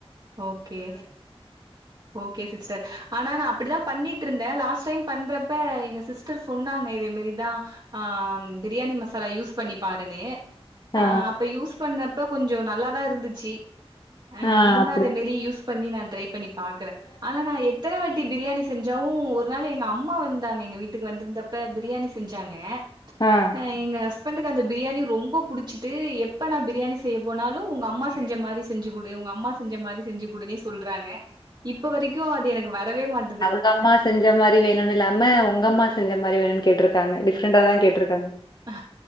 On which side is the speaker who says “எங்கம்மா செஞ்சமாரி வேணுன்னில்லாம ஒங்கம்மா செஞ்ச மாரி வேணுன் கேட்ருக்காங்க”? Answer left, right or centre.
Left